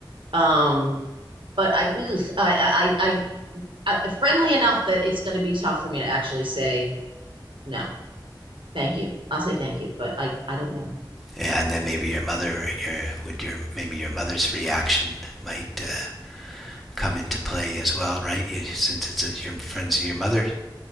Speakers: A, on the right; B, in the centre.
A: Um, but I, ugh, I, I, I, I, friendly enough that it's going to be tough for me to actually say no, thank you. I'll say thank you, but I, I don't know.
B: And then maybe your mother, your would your maybe your mother's reaction might uh, come into play as well, right? You, since it's a, your friends of your mother,